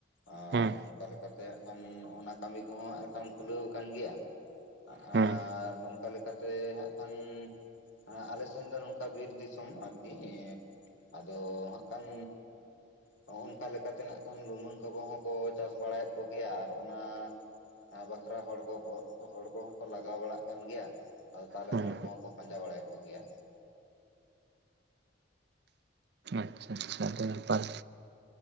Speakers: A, on the left; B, on the right.
A: ᱟᱨ
B: ᱦᱩᱸ
A: ᱚᱱᱠᱟ ᱞᱮᱠᱟᱛᱮ, ᱮᱱᱠᱷᱟᱱ ᱚᱱᱟ ᱠᱟᱹᱢᱤ ᱠᱚᱦᱚᱸ ᱮᱱᱠᱷᱟᱱ ᱠᱷᱩᱞᱟᱹᱣ ᱟᱠᱟᱱ ᱜᱮᱭᱟ᱾
B: ᱦᱩᱸ
A: ᱟᱨ ᱱᱚᱝᱠᱟ ᱞᱮᱠᱟᱛᱮ ᱦᱟᱸᱜ ᱠᱷᱟᱱ ᱟᱨ ᱟᱞᱮ ᱥᱮᱱ ᱫᱚ ᱱᱚᱝᱠᱟ ᱵᱤᱨ ᱫᱤᱥᱚᱢ ᱟᱨᱠᱤ ᱮᱸ ᱟᱫᱚ ᱦᱟᱸᱜ ᱠᱷᱟᱱ ᱦᱚᱸᱜ ᱚᱝᱠᱟ ᱞᱮᱠᱟᱛᱮ ᱱᱟᱜ ᱠᱷᱟᱱ ᱞᱩᱢᱟᱹᱝ ᱠᱚᱠᱚ ᱦᱚᱸᱠᱚ ᱪᱟᱥ ᱵᱟᱲᱟᱭᱮᱫ ᱠᱚᱜᱮᱭᱟ, ᱟᱨ ᱚᱱᱟ ᱟ ᱵᱟᱠᱷᱨᱟ ᱦᱚᱲ ᱠᱚ ᱦᱚᱲ ᱠᱚᱦᱚᱸᱠᱚ ᱞᱟᱜᱟᱣ ᱵᱟᱲᱟᱜ ᱠᱟᱱ ᱜᱮᱭᱟ᱾ ᱟᱫᱚ ᱛᱟᱦᱚᱞᱮ
B: ᱦᱩᱸ
A: ᱦᱚᱲ ᱠᱚᱦᱚᱸ ᱠᱚ ᱯᱟᱸᱡᱟ ᱵᱟᱲᱟᱭᱮᱫ ᱠᱚᱜᱮᱭᱟ᱾
B: ᱟᱪᱪᱷᱟ ᱟᱪᱪᱷᱟ ᱟᱹᱰᱤ ᱱᱟᱯᱟᱭ